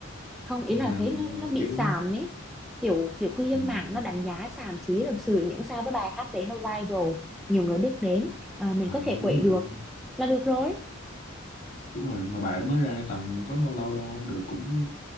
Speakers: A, in the centre; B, on the left.
A: không ý
B: nhưng
A: là
B: mà
A: thấy
B: ừm,
A: nó, nó bị
B: kiểu
A: xàm ấy kiểu kiểu cư dân
B: ừm,
A: mạng nó đánh giá xàm xí thực sự miễn sao cái bài hát đấy nó viral nhiều người biết đến à, mình
B: à
A: có thể quậy
B: đúng rồi
A: được là được rồi
B: đúng rồi mà bài đó mới ra tầm có bao lâu đâu được cũng